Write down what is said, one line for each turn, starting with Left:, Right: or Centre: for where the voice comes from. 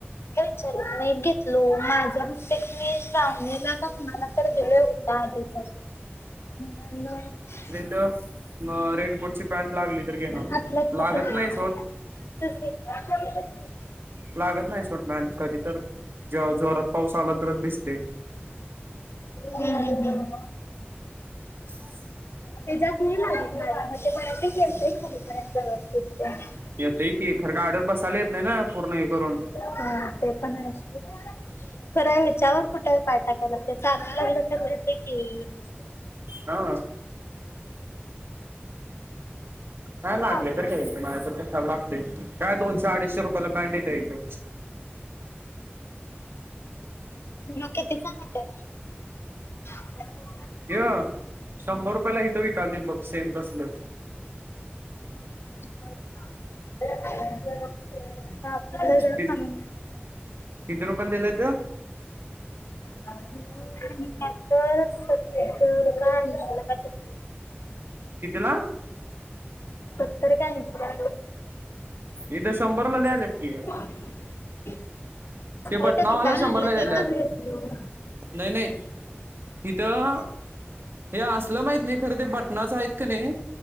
Left: काय विचारत नाही घेतलो माझ्या बहूतेक मी श्रावणी ला का कुणाला तर दिलोय हो. <inaudible>
Right: म रेनकोटची पॅन्ट लागली तर घेणार मी
Left: आपल्यात
Right: लागत
Left: कुठं
Right: नाही
Left: आहे
Right: सोड.
Left: <inaudible>
Right: लागत नाही सोडं पॅन्ट कधी तर, जेव्हा जोरात पाऊस आला तरच भिजतय.
Left: हम्म हम् हम्.
Right: <inaudible>
Left: त्याच्यात नाही लागत मला मग ते बराच खालीकरा <unintelligible>
Right: येत की खर गाडी वर बसायला येत नाही ना पूर्ण हे करून.
Left: हा ते पण हाय च की. खरा हेच्यावर कुठं पाय टाकाय लागत्यात ते चांगला तर होतंय की.
Right: हा. नाहीय लागले
Left: पावसाळ्यात
Right: तर घ्यायचे नाही तर कशाला लागते, काय दोनशे अडीचशे रुपयाला पॅन्ट येते इथे.
Left: मग किती चा <unintelligible>
Right: य शंभर रुपयाला इथं विकालती बघ सेम तसलं ‌.
Left: <unintelligible>
Right: किती
Left: कमी मिळाला
Right: रुपये ला दिले तो?
Left: सत्तार काय ‌ऐशीं ला कायतरी?
Right: कितीला?
Left: सत्तार काय ऐंशी ला
Right: इथं शंभरला द्यायलेत की
Left: <unintelligible> <unintelligible> अरे
Right: ते बटनावाला
Left: ती विकायला
Right: शंभरला
Left: आणली आहेत
Right: दिल्यात
Left: ते कसे घेतील?
Right: नाही नाही हिथं
Left: की
Right: हे असलं माहित नाही खरं ते बटनाचं आहेत का नाही